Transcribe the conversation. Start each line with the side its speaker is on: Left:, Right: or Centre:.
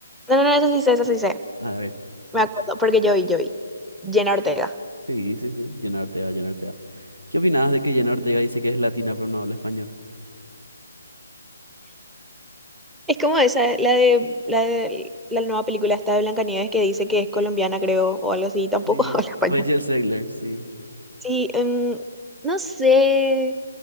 Centre: no, no, no, esa sí sé, esa sí sé.
Right: A ver.
Centre: Me acuerdo, porque yo vi, yo vi. Jenna Ortega.
Right: Sí, sí, sí. Llenarte A, llenarte ¿Qué opinabas de que Jenna Ortega dice que es latina pero no habla español?
Centre: Es como esa, la de la, de- la nueva película esta de Blancanieves que dice que es colombiana, creo, o algo así, tampoco
Right: Sí,
Centre: <laughs> habla español.
Right: Rachel Zegler, sí.
Centre: Sí, em, no sé,